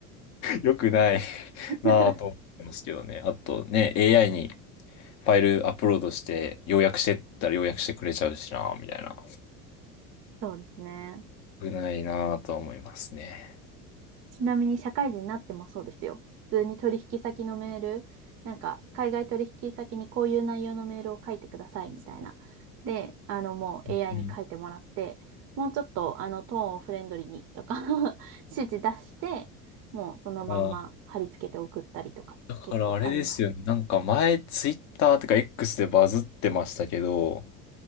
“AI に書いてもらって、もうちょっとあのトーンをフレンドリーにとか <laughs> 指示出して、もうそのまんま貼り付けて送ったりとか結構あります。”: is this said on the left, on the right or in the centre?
Right